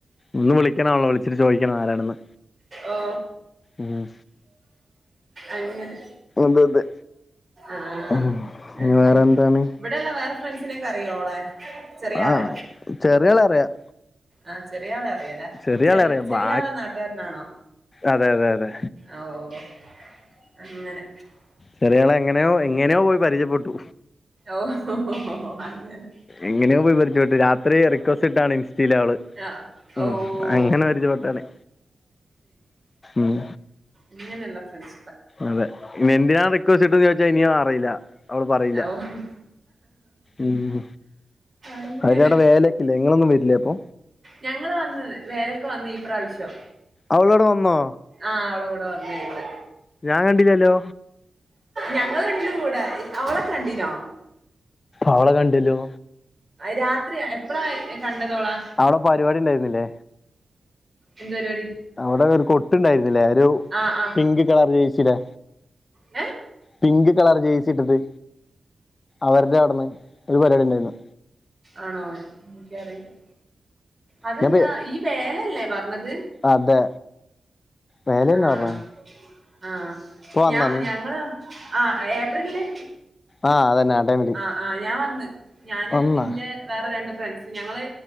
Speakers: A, on the left (about 35°); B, on the right (about 30°).
A: ഒന്ന് വിളിക്കണളോ വിളിച്ചിട്ട് ചോദിക്കണം ആരാണെന്ന്
B: ഓ
A: ഉം.
B: അങ്ങനെ
A: അതെ അതെ
B: ആഹ്
A: ഉം ഇനി
B: അങ്ങനെ
A: വേറെ എന്താണ്
B: ഇവിടെള്ള വേറെ ഫ്രണ്ട്സിനേക്കെ അറിയോളെ ചെറിയാളെ.
A: ആഹ് ചെറിയാളെ അറിയാം
B: ആഹ് ചെറിയാളെ അറിയല്ലെ
A: ചെറിയാളെ അറിയാം
B: ചെറിയ
A: ബാ
B: ആളാ നാട്ടുകാരനാണോ
A: അതെ അതെ അതെ
B: ഓ ഓ അങ്ങനെ
A: ചെറിയളെ എങ്ങനെയോ എങ്ങനെയോ പോയി പരിചയപ്പെട്ടു.
B: ഓഹ് അങ്ങനെ
A: എങ്ങനെയൊപോയി പരിജപ്പെട്ടു രാത്രി റിക്വസ്റ്റ് ഇട്ടാണ് ഇൻസ്റ്റൽ അവള്
B: ആഹ്
A: ഉം
B: ഓഹ്
A: അങ്ങനെ പരിചപ്പെട്ടണെ ഉം.
B: ഇങ്ങനെള്ള ഫ്രെണ്ട്സ്.
A: അതെ ഇ എന്തിനാണ് റിക്വസ്റ്റ്ട്ടന്ന് ചോദിച്ചാ ഇനിയും അറിയില്ല അവള് പറയില്ല
B: ഓഹ്
A: ഉം.
B: അങ്ങനെ
A: അവരടെ വേലൊക്കെല്ലേ ങ്ങങ്ങളൊന്നും വരില്ലേ അപ്പൊ
B: ഞങ്ങള് വന്ന് വേലക്ക്‌ വന്ന് ഈ പ്രാവശ്യം.
A: അവൾ അവിടെ വന്നോ
B: ആഹ് അവള കൂടെ വന്ന് ഞങ്ങൾ
A: ഞാൻ കണ്ടില്ലലാേ
B: ഞങ്ങളുണ്ട് കൂടെ ഹ് അവളെ കണ്ടിനോ
A: അവളെ കണ്ടില്ലോ
B: രാത്രി എപ്പളാ കണ്ടതോളാ
A: അവിടെ പരിപാടി ഉണ്ടായിരുന്നില്ലേ
B: എന്താ പരിപാടി?
A: അവിടെ ഒരു കൊട്ട്ണ്ടായിരുന്നില്ലേ ഒരു
B: ആ ആ
A: പിങ്ക് കളർ ജയ്സിടെ
B: ഏ
A: പിങ്ക് കളർ ജേസി ഇട്ടിട്ട് അവരുടെ അവിടെന്ന് ഒരു പരിപാടി ഉണ്ടായിരുന്നു.
B: ആണോ എനിക്കറിയില്ല അതെന്താ
A: ഞാൻ പോയി
B: ഈ വേലയല്ലേ പറഞ്ഞത്.
A: അതെ വേല തന്നെ
B: ആഹ്
A: പറഞ്ഞു
B: ആഹ്
A: ഇപ്പൊ വന്നാ
B: ഞാ
A: നീ
B: ഞങ്ങള് ആഹ് ഏപ്രിൽല്
A: ആഹ് അതന്നെ ആ ടൈമില്
B: ആഹ് ഞാൻ വന്ന് ഞാന്
A: വന്നാ
B: ഇന്റെ വേറെ രണ്ട് ഫ്രണ്ട്സ് ഞങ്ങള്